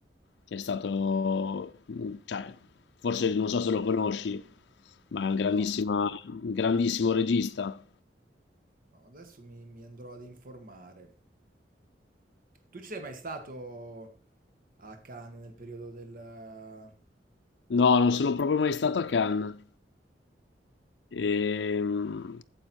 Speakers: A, on the left; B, on the right.
A: che è stato, cioè, forse non so se lo conosci, ma è un grandissima-
B: No,
A: un grandissimo regista.
B: no, adesso mi, mi andrò ad informare. Tu ci sei mai stato a Cannes nel periodo del... ah,
A: No, non sono proprio mai stato a Cannes. e mh,